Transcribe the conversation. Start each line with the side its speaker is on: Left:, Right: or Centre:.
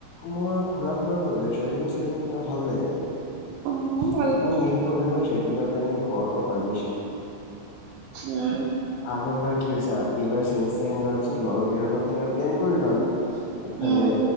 Left: মই ঘূৰা ফুৰা কৰিব, ট্ৰেভেলিং চেভেলিং তোমাৰ ভাল লাগে আৰু।
Right: অ ভাল
Left: কিন্তু
Right: পাওঁ
Left: মেইন প্ৰব্লেম হয় ট্ৰেভেলিঙৰ কাৰণে ঘৰ পাৰ্মিচন।
Right: উম
Left: আগৰবাৰ কি হৈছে, এইবাৰ চাইন হোৱাৰ পিছত লগৰ বিলাকতো লগত তেনেক প্লেন কৰিলো আমি। ইফালে
Right: উম